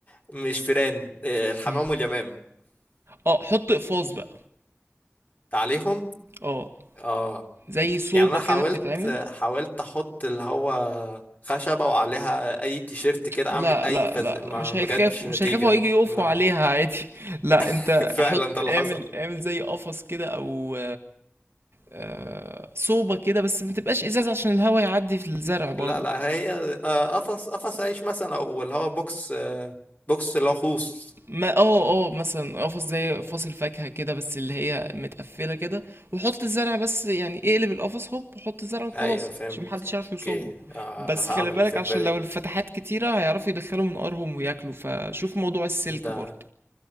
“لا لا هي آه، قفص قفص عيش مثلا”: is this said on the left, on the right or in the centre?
Left